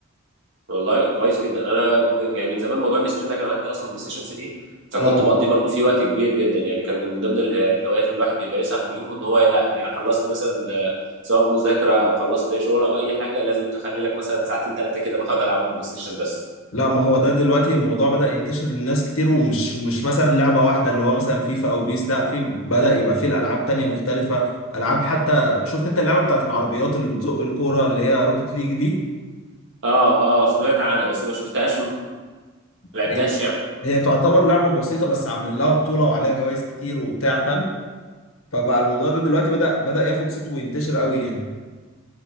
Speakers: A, on the right; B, on the left.
A: والله كويس جدا انا م- يعني من زمان موضوع البلاي ستيشن ده كان عندي اصلا بلاي ستيشن 3 فكنت
B: اه
A: بقضي برضو فيه وقت كبير جدا يعني كان من ضمن اله- الهوايات اللي الواحد بيمارسها في اليوم ان هو لا خلصت مثلا آه، سواء مذاكره او خلصت شغل او اي حاجه لازم تخلي لك مثلا ساعتين ثلاثه كده بقعد العبهم بلاي ستيشن بس
B: لا ما هو ده دلوقتي الموضوع بدأ ينتشر للناس كتير ومش مش مثلا لعبة واحدة اللي هو مثلا فيفا او بيس لا في بدأ يبقى فيه الألعاب تانية مختلفة ألعاب حتى شفت انت اللعبة بتاعت العربيات اللي بتزق الكورة اللي هي روكيت ليج دي
A: اه اه سمعت عنها بس ما شفتهاش ما لعبتهاش
B: هي
A: يعني
B: هي تعتبر لعبة بسيطة بس عاملين لها بطولة وعليها جوائز كتير وبتاع فاهم فبقى الموضوع ده دلوقتي بدأ بدأ ياخد صيت وينتشر قوي يعني